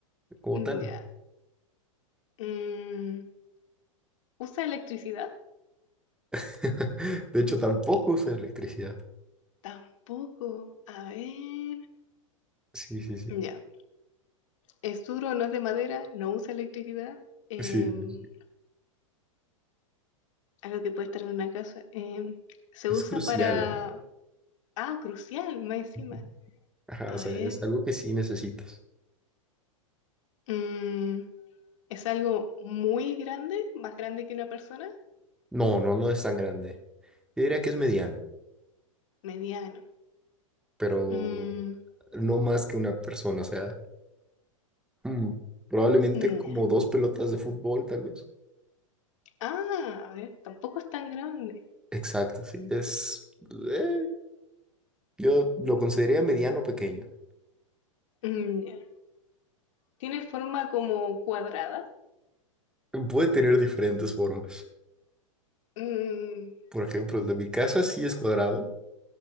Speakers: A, in the centre; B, on the left.
A: como
B: Mm,
A: tal
B: Ya.
A: no.
B: Mm, ¿usa electricidad?
A: <laughs> De hecho, tampoco usa electricidad.
B: Tampoco. A ver.
A: Sí, sí, sí,
B: Ya. es duro, no es de madera, no usa electricidad, eh,
A: sí, sí, sí.
B: algo que puede estar en una casa. eh, se
A: Es
B: usa
A: crucial,
B: para...
A: ¿eh?
B: Ah, crucial, más encima.
A: Ujú. Ajá,
B: A
A: o sea,
B: ver.
A: es algo que sí necesitas.
B: mm, es algo muy grande, más grande que una persona,
A: No, no, no es tan grande. Yo diría que es mediano,
B: mediano.
A: pero
B: Mm,
A: no más que una persona, o sea, mm, probablemente
B: mm,
A: como
B: ya.
A: dos pelotas de fútbol, tal vez.
B: Ah, a ver, tampoco es tan grande.
A: Exacto, sí, es, eh, yo lo consideraría mediano pequeño.
B: Mm, ya. Tiene forma como cuadrada.
A: Puede tener diferentes formas.
B: Mm,
A: Por ejemplo, el de mi casa sí es cuadrado,